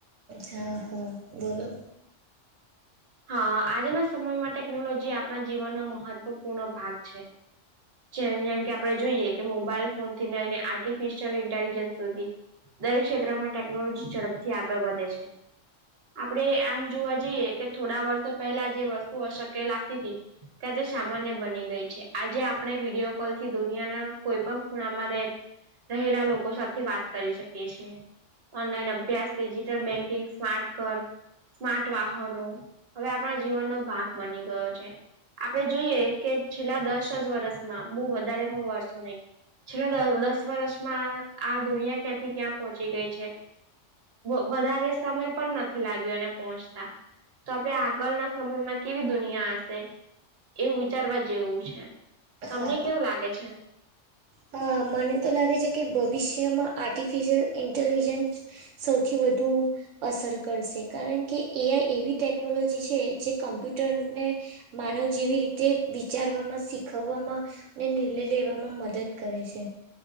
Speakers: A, on the right; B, on the right.
A: હા, હા, બોલો.
B: હા. આજના સમયમાં ટેકનોલોજી આપણા જીવનનો મહત્વપૂર્ણ ભાગ છે. જેમ-જેમ કે આપણે જોઈએ, કે મોબાઈલ ફોન થી લઈને આર્ટિફિશિયલ ઇન્ટેલિજન્સ સુધી દરેક ક્ષેત્રમાં ટેકનોલોજી ઝડપથી આગળ વધે છે. આપણે આમ જોવા જઈએ, કે થોડા વર્ષો પહેલા જે વસ્તુ અશક્ય લાગતી તી તે આજે સામાન્ય બની ગઈ છે. આજે આપણે વિડીયો કોલ થી દુનિયાના કોઈપણ ખૂણામાં રહેત રહેલા લોકો સાથે વાત કરી શકીએ છીએ. ઓનલાઈન અભ્યાસ, ડિજિટલ બેન્કિંગ, સ્માર્ટ ઘર, સ્માર્ટ વાહનો હવે આપણા જીવનનો ભાગ બની ગયો છે. આપણે જોઈએ, કે છેલ્લા દસ જ વર્ષમાં બહુ વધારે પણ વરસો નહીં. છેલ્લા દહ દસ વર્ષમાં આ દુનિયા ક્યાંથી ક્યાં પહોંચી ગઈ છે. બ વધારે સમય પણ નથી લાગ્યો એને પહોંચતા. તો આપણે આગળના સમયમાં કેવી દુનિયા હશે, એવું વિચારવા જેવું છે. તમને
A: હા
B: કેવું લાગે છે?
A: હા. મને તો લાગે છે, કે ભવિષ્યમાં આર્ટિફિશિયલ ઇન્ટેલિજન્સ સૌથી વધુ અસર કરશે. કારણ કે, એ આઈ એવી ટેકનોલોજી છે જે કમ્પ્યુટરને માનવ જેવી રીતે વિચારવામાં, શીખવવામાં ને નિર્ણય લેવામાં મદદ કરે છે.